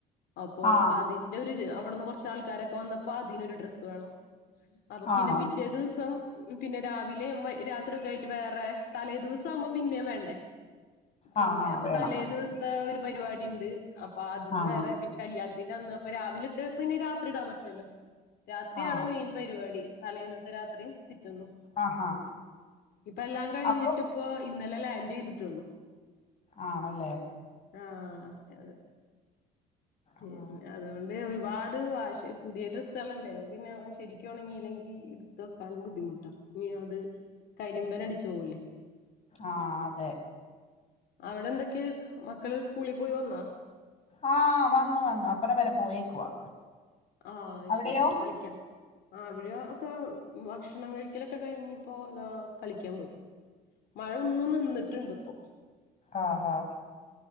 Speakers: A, on the left (about 70°); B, on the left (about 40°).
A: അപ്പോ
B: ആ
A: അതിൽ <unintelligible> അവിടുന്ന് കൊറച്ച് ആൾക്കാരൊക്കെ വന്നപ്പോ അതിനൊരു ഡ്രസ്സ് വേണം അപ്പൊ പിന്നെ
B: ആണോ
A: പിറ്റേ ദിവസം പിന്നെ രാവിലേം വയ് രാത്രി ഒക്കെ ആയിട്ട് വേറെ തലേദിവസം ആവുമ്പോ പിന്നേം വേണ്ടേ പിന്നെ
B: ആ ആ
A: അപ്പൊ
B: വേണം
A: തലേ
B: വേണം
A: ദിവസത്തെ ഒരു പരിപാടി ഇണ്ട് അപ്പൊ അതിന്
B: ആ
A: വേറെ പിന്നെ കല്യാണത്തിന്റെ അന്ന് അപ്പൊ രാവിലെ ഇട്ട് പിന്നെ രാത്രി ഇടാൻ പറ്റില്ലല്ലോ രാത്രിയാണ്
B: ആ
A: മെയിൻ പരിപാടി തലേയിന്നത്തെ രാത്രിയും പിറ്റെന്നും
B: ആഹാ
A: ഇപ്പം എല്ലാം കഴിഞ്ഞിട്ട്
B: അപ്പൊ
A: ഇപ്പൊ ഇന്നലെ ലാൻഡ് ചെയ്തിട്ടേള്ളു
B: ആണല്ലേ
A: ആഹ് അതെ
B: ആ
A: അതെ പിന്നാ അതുകൊണ്ട് ഒരുപാട് വാഷി പുതിയ ഡ്രസ്സേളല്ലേ അപ്പ പിന്നെ ശരിക്കും ക്ക് ഒണങ്ങിയില്ലെങ്കി ഇടുത്ത് വെക്കാനും ബുദ്ധിമുട്ടാ ഇനി അത് കരിമ്പനടിച്ച് പോവൂലേ
B: ആഹ് അതെ
A: അവിടെ എന്തൊക്കെ മക്കള് സ്കൂളിൽ പോയി വന്നാ?
B: ആഹ് വന്നു വന്നു അപ്പറം വരെ പോയേക്കുവാ
A: ആഹ് അയ്
B: അവിടെയോ
A: ശരി കളിക്കാം ആഹ് അവര് ഒക്കെ ഭക്ഷണം കഴിക്കലൊക്കെ കഴിഞ്ഞിപ്പോ ഇതാ കളിക്കാൻ പോയി മഴ ഒന്ന് നിന്നിട്ടുണ്ട് ഇപ്പോ
B: ആഹ് ആഹ്